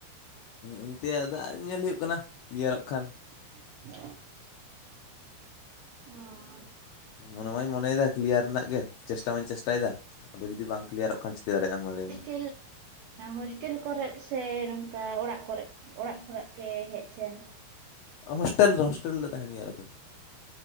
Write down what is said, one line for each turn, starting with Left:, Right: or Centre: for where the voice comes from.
Left: ᱚᱱᱛᱮ ᱫᱟᱜ ᱧᱮᱞ ᱦᱩᱭᱩᱜ ᱠᱟᱱᱟ ᱠᱞᱤᱭᱟᱨᱚᱜ ᱠᱷᱟᱱ
Right: <unintelligible> ᱚ
Left: ᱢᱚᱱᱮ ᱢᱟᱧ ᱢᱚᱱᱮᱭᱮᱫᱟ ᱠᱮᱞᱤᱭᱟᱨ ᱨᱮᱱᱟᱜ ᱜᱮ ᱪᱮᱥᱴᱟ ᱢᱟᱧ ᱪᱮᱥᱴᱟᱭᱟ ᱪᱮᱥᱴᱟᱭᱮᱫᱟ ᱟᱫᱚ ᱡᱩᱫᱤ ᱵᱟᱝ ᱠᱮᱞᱤᱭᱟᱨᱚᱜ ᱠᱷᱟᱱ ᱪᱤᱠᱟᱹ ᱫᱟᱲᱮᱭᱟᱜ-ᱟ ᱢᱟ ᱞᱟᱹᱭ ᱢᱮ?
Right: <unintelligible> ᱩᱻ ᱦᱳᱥᱴᱮᱞ ᱠᱚᱨᱮ ᱥᱮ ᱱᱚᱝᱠᱟ ᱚᱲᱟᱜ ᱠᱚᱨᱮ ᱚᱲᱟᱜ ᱠᱚᱨᱮ ᱜᱮ ᱦᱮᱡ ᱥᱮᱱ
Left: ᱦᱳᱥᱴᱮᱞ ᱨᱮ ᱦᱳᱥᱴᱮᱞ ᱨᱮ ᱛᱟᱦᱮᱱ ᱜᱮᱭᱟ ᱟᱞᱮᱫᱚ᱾